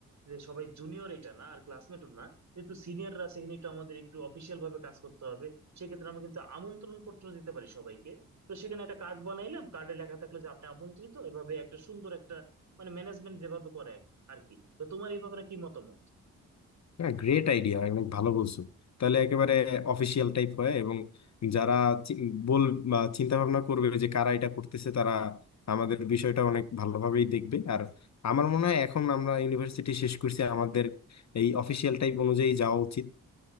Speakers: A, on the right (about 50°); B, on the left (about 50°).
A: যে সবাই জুনিয়র এটা না আর ক্লাসমেটও না যেহেতু সিনিয়ররা আছে এখানে একটু আমাদের একটু অফিসিয়াল ভাবে কাজ করতে হবে সেক্ষেত্রে আমরা কিন্তু আমন্ত্রণ পত্র দিতে পারি সবাইকে তো সেখানে একটা কার্ড বানাইলাম কার্ডে লেখা থাকলো যে আপনি আমন্ত্রিত এভাবে একটা সুন্দর মানে ম্যানেজমেন্ট যেভাবে করে এক- আর কি তো তোমার এই ব্যাপারে কি মতামত
B: হ্যাঁ গ্রেট আইডিয়া অনেক ভালো বলছো তাহলে একেবারে অফিসিয়াল টাইপ হয় এবং যারা চি- বল বা চিন্তা ভাবনা করবে যে কারা এটা করতেছে তারা আমাদের বিষয়টা অনেক ভালোভাবেই দেখবে আর আমার মনে হয় এখন আমরা ইউনিভার্সিটি শেষ করছি আমাদের এই অফিসিয়াল টাইপ অনুযায়ী যাওয়া উচিত